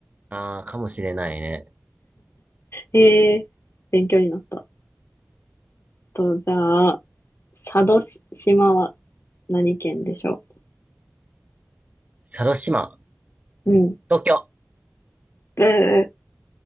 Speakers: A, on the right; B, on the left.
A: ああ、かもしれないね。
B: ええ、勉強になった。と、じゃあ、佐渡し島は何県でしょ
A: 佐渡島、
B: ううん。
A: 東京。
B: えー、